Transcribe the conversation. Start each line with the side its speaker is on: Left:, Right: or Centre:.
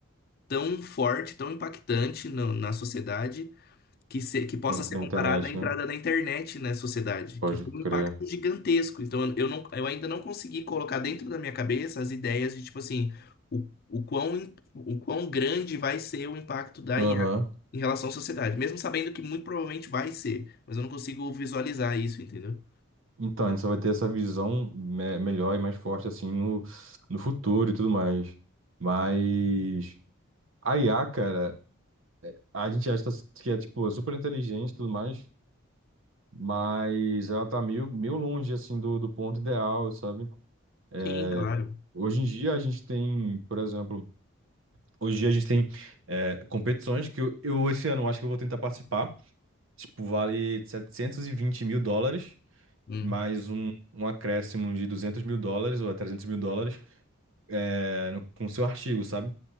Left: tão forte, tão impactante na, na sociedade, que, se- que possa
Right: Quanto
Left: ser
Right: à
Left: comparada
Right: internet,
Left: à entrada
Right: né?
Left: da internet na sociedade,
Right: Pode
Left: que foi
Right: crer.
Left: um impacto gigantesco. Então eu eu não, eu ainda não consegui colocar dentro da minha cabeça as ideias de, tipo assim, o, o quão, im- o quão grande vai ser o impacto da
Right: Aham.
Left: IA em relação à sociedade, mesmo sabendo que muito provavelmente vai ser, mas eu não consigo visualizar isso, entendeu?
Right: Então, a gente só vai ter essa visão me- melhor e mais forte, assim, no, no futuro e tudo mais. Mas. A IA, cara, a gente acha que é, tipo, super inteligente e tudo mais. mas ela tá meio, meio longe, assim, do, do ponto ideal, sabe? É,
Left: Sim, claro.
Right: Hoje em dia a gente tem, por exemplo, hoje em dia a gente tem é, competições que eu, eu esse ano acho que eu vou tentar participar. Tipo, vale 720 mil dólares,
Left: Hum.
Right: mais um, um acréscimo de 200 mil dólares ou 300 mil dólares é, no- com seu artigo, sabe?